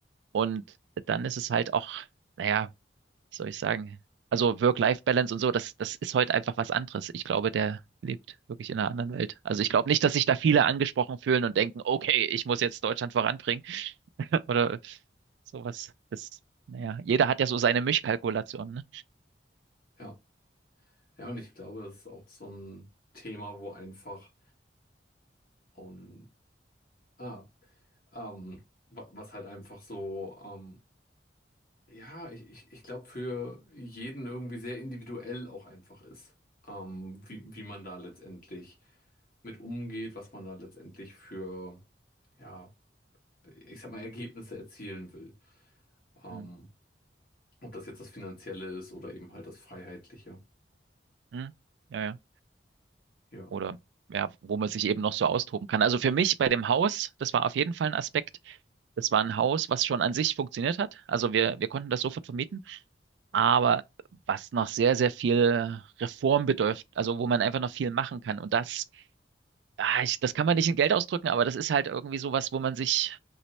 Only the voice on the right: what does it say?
Und dann ist es halt auch, naja, was soll ich sagen? Also Work-Life-Balance und so, das, das ist heute einfach was anderes. Ich glaube, der lebt wirklich in einer anderen Welt. Also ich glaube nicht, dass sich da viele angesprochen fühlen und denken, okay, ich muss jetzt Deutschland voranbringen <laughs> oder sowas. Das, naja, jeder hat ja so seine Mischkalkulationen, ne?
Mhm.
Mhm. Ja, ja.
Oder ja, wo man sich eben noch so austoben kann. Also für mich bei dem Haus, das war auf jeden Fall ein Aspekt. Das war ein Haus, was schon an sich funktioniert hat. Also wir, wir konnten das sofort vermieten. aber was noch sehr, sehr viel Reform bedürft, also wo man einfach noch viel machen kann. Und das, ah, ich, das kann man nicht in Geld ausdrücken, aber das ist halt irgendwie sowas, wo man sich